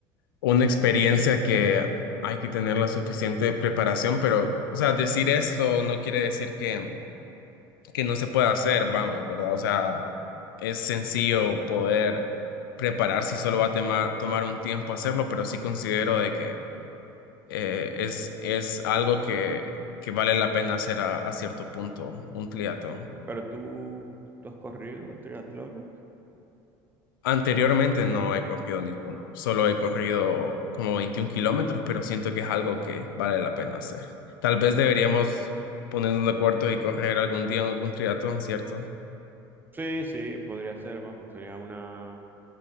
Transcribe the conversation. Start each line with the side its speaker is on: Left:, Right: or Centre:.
Left: una experiencia que hay que tener la suficiente preparación, pero, o sea, decir esto no quiere decir que, que no se pueda hacer, vamos, ¿verdad? O sea, es sencillo poder prepararse y solo va a tema- tomar un tiempo hacerlo, pero sí considero de que eh, es, es algo que, que vale la pena hacer a, a cierto punto, un triatlón.
Right: Pero tú, ¿tú has corrido triatlones?
Left: Anteriormente no he corrido ninguno, solo he corrido como 21 kilómetros, pero siento que es algo que vale la pena hacer. Tal vez deberíamos ponernos de acuerdo y correr algún día en algún triatlón, ¿cierto?
Right: Sí, sí, podría ser, vamos, sería una,